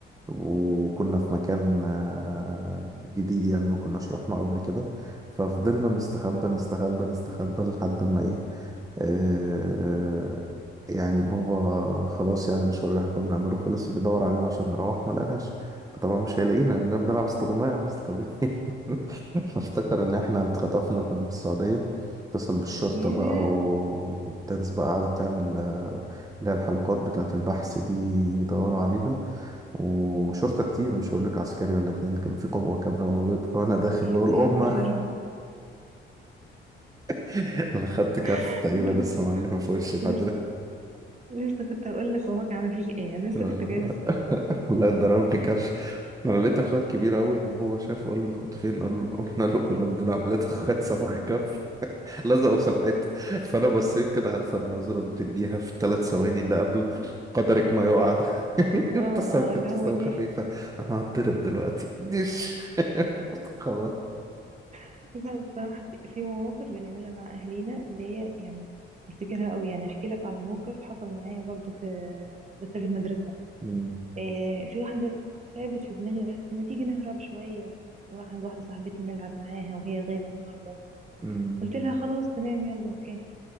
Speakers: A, on the right (about 15°); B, on the right (about 35°).
A: وكنا في مكان آه جديد يعني ما كناش رحنا قبل كده ففضلنا نستخبى
B: اه
A: نستخبى نستخبى لحد ما ايه آه، يعني بابا خلاص يعني المشوار اللي احنا كنا بنعمله خلص وبيدور علينا عشان نروح ما لقناش فطبعا مش هيلاقينا لأننا بنلعب استغماية واحنا مستخبيين <laughs> فافتكر إن احنا اتخطفنا كنا في السعودية اتصل بالشرطة
B: ياه
A: بقى و- والمدرس بقى قعدت تعمل آه، اللي هي الحلقات بتاعة البحث دي يدوروا علينا وشرطة كتير مش هقول لك عسكري ولا اتنين كان في قوة كاملة موجودة وأنا داخل
B: يا
A: بقول
B: ساتر
A: أمه
B: يا رب
A: <laughs> أنا خدت كف
B: <laughs>
A: تقريبا
B: انت
A: لسه معلمة في وشي لحد
B: لسه لسه كنت هقول لك باباك عمل فيك ايه انا لسه
A: دلوقتي
B: كنت جايه في السؤال ده
A: والله ضربني كف انا لقيت اخويا الكبير اول ما بابا شافه قال له انت كنت فين قال له قلنا له كنا بنلعب لقيت اخويا صفخ كف <laughs> لزقه في الحيط فانا بصيت كده عارفه النظره اللي بتديها في الثلاث ثواني اللي قبل
B: <laughs>
A: قدرك ما يقع ده <laughs>
B: اه
A: ابتسمت
B: اه اللي
A: ابتسامه
B: هو ليه
A: خفيفه انا هتضرب دلوقتي ديش <laughs> اتخبط
B: <laughs> لا بصراحه في في مواقف بنعملها مع اهالينا اللي هي يعني بفتكرها قوي يعني احكي لك على موقف حصل معايا برضو في بس في المدرسه
A: أمم،
B: آه، في واحدة تعبت في دماغي قالت لي ما تيجي نهرب شوية نروح عند واحدة صاحبتنا نلعب معاها وهي غايبة النهاردة
A: أمم،
B: قلت لها خلاص تمام يلا اوكي